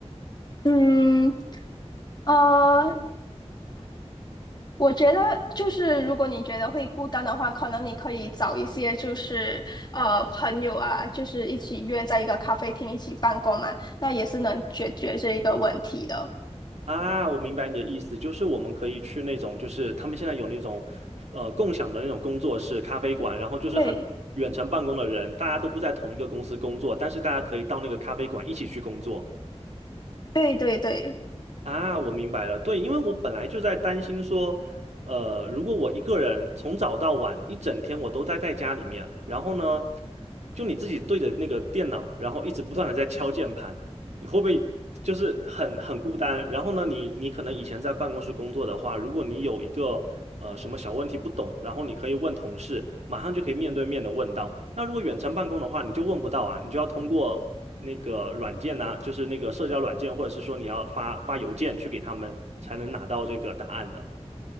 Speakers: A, on the left; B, on the right.
A: 嗯，呃，我觉得就是，如果你觉得会孤单的话，可能你可以找一些就是呃朋友啊，就是一起约在一个咖啡厅一起办公嘛，那也是能解决这一个问题的。
B: 啊，我明白你的意思，就是我们可以去那种，就是他们现在有那种，呃，共享的那种工作室、咖啡馆，然后就是很远程办公的人，
A: 对，
B: 大家都不在同一个公司工作，但是大家可以到那个咖啡馆一起去工作。
A: 对对对。
B: 啊，我明白了。对，因为我本来就在担心说，呃，如果我一个人从早到晚一整天我都待在家里面，然后呢，就你自己对着那个电脑，然后一直不断的在敲键盘，你会不会就是很很孤单？然后呢，你你可能以前在办公室工作的话，如果你有一个呃什么小问题不懂，然后你可以问同事，马上就可以面对面的问到。那如果远程办公的话，你就问不到啊，你就要通过。那个软件呢、就是那个社交软件，或者是说你要发发邮件去给他们，才能拿到这个答案的。